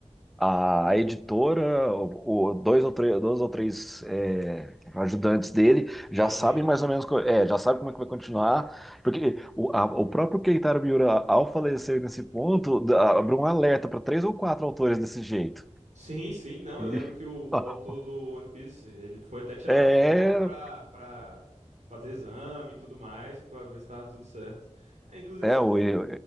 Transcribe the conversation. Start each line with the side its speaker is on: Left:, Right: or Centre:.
Centre: a editora, o, o- dois ou três, dois ou três é, ajudantes dele
Right: Já
Centre: já sabem
Right: tem, né?
Centre: mais ou menos, co- é, já sabe como é que vai continuar, porque o, a- o próprio Keitaro Miura, ao falecer nesse ponto, dá- abriu um alerta para três ou quatro autores desse jeito.
Right: Sim, sim, não.
Centre: E,
Right: Eu lembro que o,
Centre: ó,
Right: o autor do One Piece, ele foi até tirar
Centre: é,
Right: uma folga pra, pra fazer exame e tudo mais, pra ver se tava tudo certo. É, inclusive,
Centre: é
Right: você
Centre: o,
Right: falou,
Centre: é,